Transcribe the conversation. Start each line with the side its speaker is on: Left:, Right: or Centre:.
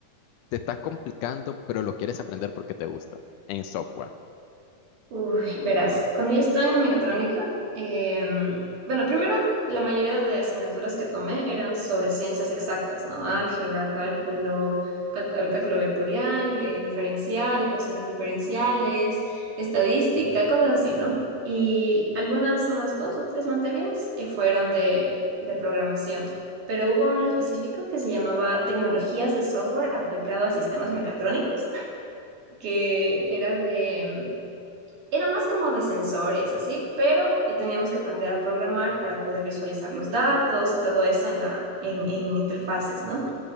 Left: te estás complicando, pero lo quieres aprender porque te gusta en software?
Right: Uy, verás, cuando yo estaba en mecatrónica, em, bueno, primero la mayoría de asignaturas que tomé eran sobre ciencias exactas, ¿no? Álgebra, cálculo, cal- cálculo vectorial, eh, diferencial, ecuaciones diferenciales, estadística, cosas así, ¿no? Y algunas, unas dos o tres materias eh, fueron de, de programación, pero hubo una en específico que se llamaba Tecnologías de Software aplicado a sistemas mecatrónicos que era de, em, era más como de sensores, así, pero eh, teníamos que aprender a programar para poder visualizar los datos y todo eso en la, en, en interfaces, ¿no?